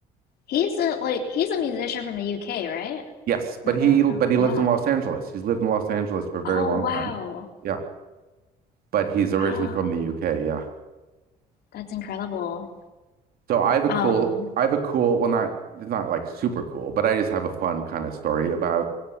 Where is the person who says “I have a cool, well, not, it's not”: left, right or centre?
Right